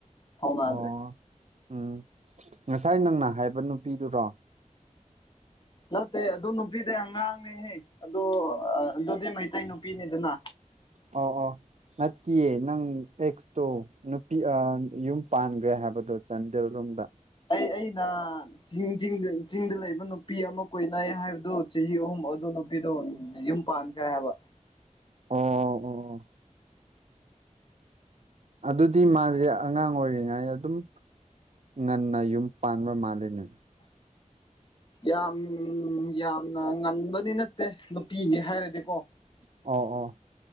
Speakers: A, on the left; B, on the right.
A: ꯐꯥꯎꯅꯗ꯭ꯔꯦ
B: ꯑꯣ ꯎꯝ ꯉꯁꯥꯏ ꯅꯪꯅ ꯍꯥꯏꯕ ꯅꯨꯄꯤꯗꯨꯔꯣ
A: ꯅꯠꯇꯦ ꯑꯗꯨ ꯅꯨꯄꯤꯗꯤ ꯑꯉꯥꯡꯅꯦꯍꯦ ꯑꯗꯨ ꯑꯗꯨꯗꯤ ꯃꯩꯇꯩ ꯅꯨꯄꯤꯅꯤꯗꯅ
B: ꯑꯣ ꯍꯣ ꯅꯠꯇꯤꯌꯦ ꯅꯪ ꯑꯦꯛꯁꯇꯣ ꯅꯨꯄꯤ ꯑꯥ ꯌꯨꯝ ꯄꯥꯟꯈ꯭ꯔꯦ ꯍꯥꯏꯕꯗꯣ ꯆꯥꯟꯗꯦꯜꯔꯣꯝꯗ
A: ꯑꯩ ꯑꯩꯅ ꯆꯤꯡꯗ ꯆꯤꯡꯗ ꯂꯩꯕ ꯅꯨꯄꯤ ꯑꯃ ꯀꯣꯏꯅꯩ ꯍꯥꯏꯕꯗꯨ ꯆꯍꯤ ꯑꯍꯨꯝ ꯑꯗꯨ ꯅꯨꯄꯤꯗꯣ ꯌꯨꯝ ꯄꯥꯟꯈꯔꯦ ꯍꯥꯏꯕ
B: ꯑꯣ ꯑꯣ ꯑꯣ ꯑꯗꯨꯗꯤ ꯃꯥꯁꯦ ꯑꯉꯥꯡ ꯑꯣꯏꯔꯤꯉꯩꯗ ꯑꯗꯨꯝ ꯉꯟꯅ ꯌꯨꯝ ꯄꯥꯟꯕ ꯃꯥꯜꯂꯦꯅꯦ
A: ꯌꯥꯝ ꯌꯥꯝꯅ ꯉꯟꯕꯗꯤ ꯅꯠꯇꯦ ꯅꯨꯄꯤꯒꯤ ꯍꯥꯏꯔꯗꯤꯀꯣ
B: ꯑꯣ ꯑꯣ